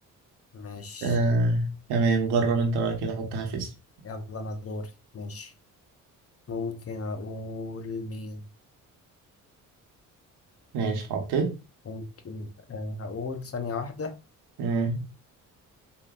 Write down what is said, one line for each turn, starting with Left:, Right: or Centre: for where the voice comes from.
Left: ماشي
Right: آه. تمام جرب انت بقى كده حط حافز
Left: يلا أنا دوري ماشي ممكن أقول مين
Right: ماشي حطيت
Left: ممكن آه، هقول ثانية واحدة
Right: مم.